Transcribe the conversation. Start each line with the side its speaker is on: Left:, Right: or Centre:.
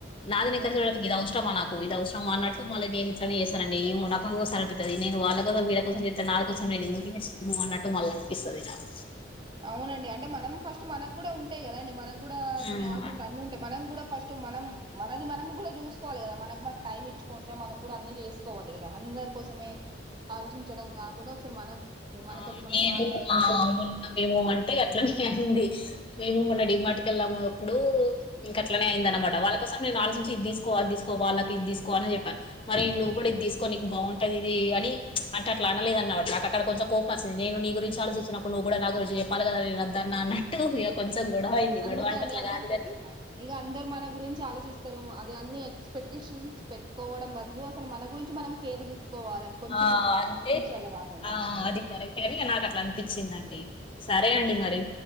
Left: నాది
Right: ఉమ్
Left: నికర్ చేపట్టి ఇది అవసరం ఆ నాకు ఇది అవసరమా అన్నట్టు మళ్ నేను ఇట్నే చేస్తానండి ఏమో నాకొసారి అనిపితుంది నేను వాళ్ళ కోసం వీళ్ళ కోసం చెస్తా నా కోసం నేన్ ఎందుకు ఎస్ నువ్ అన్నట్టు మళ్ళ అనిపిస్తుంది నాకు
Right: అవునండి అంటే మనం ఫస్ట్ మనకు కూడా ఉంటాయి కదా అండి మనకు కూడా
Left: ఆ
Right: కొన్ని ఆసలు ఉంట అన్ని ఉంటాయి మనం కూడా ఫస్ట్ మనం మనది మనం కూడా చూసుకోవాలి కదా మన మన టైం ఇచ్చుకుంటే మనం కూడా అన్ని చేసుకోవాలి కదా అందరి కోసమే ఆలోచించడం కాకుండా ఒకసారి మనం మనతోటి
Left: ఆ నేను
Right: మాట్లాడుకోవడం
Left: ఆ మొన్నమేమో అంటే అట్లనే అంది మేము కూడా డి మాటికెళ్ళాము అప్పుడు ఇంక అట్లనే అయిందనమాట వాళ్ళ కోసం నేను ఆలోచించి ఇది తీసుకో అది తీసుకో వాళ్కి ఇదిసుకో అని చెప్పాను మరి నువ్వు
Right: ఉమ్.
Left: కూడా ఇది తీసుకో నీకు బాగుంటది ఇది అని ప్చ్ అంటె అట్లా అనలేదు అన్నట నాకు అక్కడ కొంచెం కోపమాచ్చింది నీ గురించి ఆలోచించినప్పుడు నువు కూడా నా గురించి చె పలగద రద్దన్న అన్నట్టు
Right: ఉమ్.
Left: ఇక కొంచెం గొడవ అయింది
Right: అందుకే
Left: గొడవ
Right: అండి
Left: అట్లా
Right: అంటే
Left: కాదుగాని
Right: అ, ఇక అందరు మన గురించి ఆలోచిస్తారు అది అన్ని ఎక్స్పెక్టేషన్స్ పెట్టుకోవడం బదులు అసలు మన గురించి మనం కేర్ తీసుకోవాలండి కొంచెం
Left: ఆ
Right: కొంచెం
Left: అంటె
Right: అన్ని అన్ని విషయాల్లో కాకుండా
Left: ఆ అదికరెక్ టె గని నాకు అట్లా అనిపించిందండి సరే అండి మరి